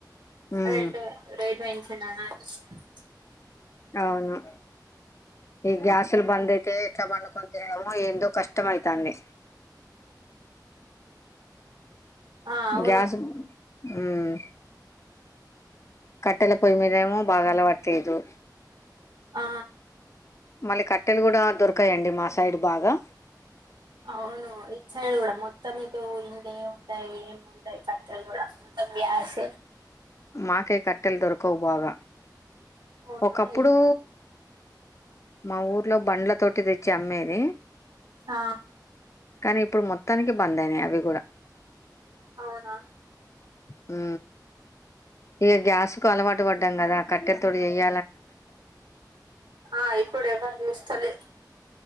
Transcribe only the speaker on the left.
ఉమ్
అవును ఈ గ్యాసులు బంద్ అయితే ఎట్లా పండుకొని తినడమో ఏందో కష్టమ అవుతంది
గ్యాస్ ఉమ్ కట్టెల పొయ్యి మీదేమో బాగా అలవాటు చేజు
మళ్ళీ కట్టెలు కూడా దొరకాయండి మా సైడ్ బాగా
మాక కట్టల్ దొరక ఉ భాగా
ఒకప్పుడు
మాకు ఇట్లో బండ్ల తోటి తెచ్చి అమ్మేయిది
కానీ ఇప్పుడు మొత్తానికి బంద్ అయినాయి అవి కూడా
హు ఇక గ్యాస్ కు అలవాటు పడ్డాం కదా కట్టెల తోటి చెయ